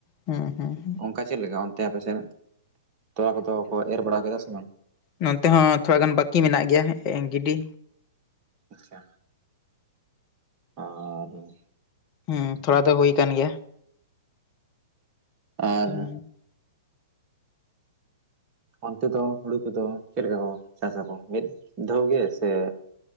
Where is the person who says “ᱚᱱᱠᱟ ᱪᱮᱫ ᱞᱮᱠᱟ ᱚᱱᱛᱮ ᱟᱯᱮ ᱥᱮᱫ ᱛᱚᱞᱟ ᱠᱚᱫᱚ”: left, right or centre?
Right